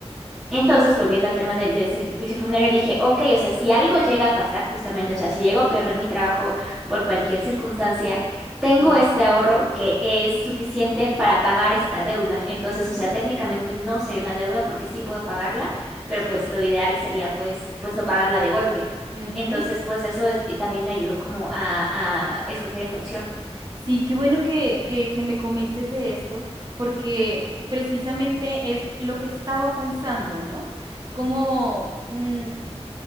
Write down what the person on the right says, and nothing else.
Sí.
ujú,
Sí.
ujú.
Sí, qué bueno que, que, que me comentes de esto, porque precisamente es lo que estaba pensando, ¿no? Es como, mm,